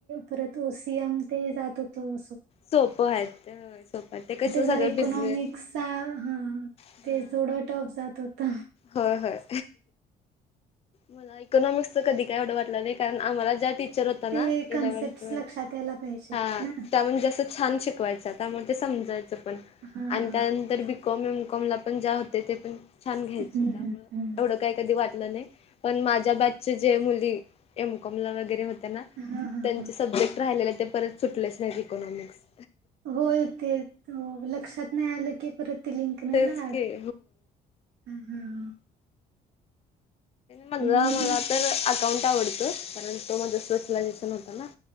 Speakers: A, on the right; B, on the left.
A: परत ओसीएम ते जात होतो.
B: सोपं आहेत सोपं आहेत ते कस
A: जरा
B: सगळं
A: इकॉनॉमिक्सचा
B: बिझनेस
A: हा
B: हा
A: ते थोडं टफ जात होत.
B: होय हय. मला इकोनॉमिक्चं कधी काही एवढं वाटलं नाही कारण आम्हाला ज्या टीचर हो
A: ते कन्सेप्ट
B: इलेव्हन ट.
A: लक्षात यायला पाहिजेत ना.
B: छान शिकवायच त्यामुळे ते समजायचं पण
A: हा
B: आणि
A: हा.
B: त्यानंतर ब कॉम एमकॉम ला पण ज्या होते ते पण छान घ्यायचे
A: हम्म हम्म हम्म.
B: एवढं काही कधी वाटलं नाही पण माझ्या बच्चे जे मुली एमकमला वगैरे होते ना
A: हा हा
B: त्यां.
A: हा.
B: ज सब्जेक्ट राहिलेले ते परत सुटलेच नाही इकॉनॉमिक्स
A: होय ते लक्षात नाही आलं की परत त लिंक नाही
B: तेच
A: ला रा
B: की
A: हम् हम.
B: माझ मला
A: मी
B: तर अकाउंट आवडत कारण, तो मध्ये स्पेशलायझेशन होता नाप